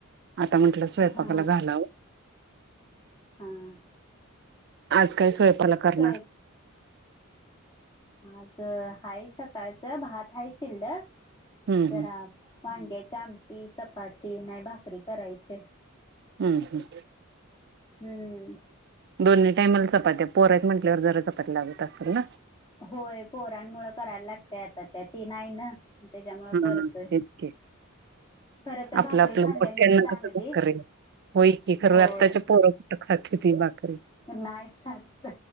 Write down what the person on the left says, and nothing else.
हा
हं
स्वयं
आज आहे सकाळचं भात आहे शिल्लक
तर. वांग्याची आमटी चपाती नाही भाकरी करायचे.
हम्म...
होय पोहरांमुळेळ करायला लागतय आता त्या ती नाही ना. त्याच्यामुळं
करतोय
खर तर भाकरी
खाल्लेली
चांगली
होय
नाहीत खात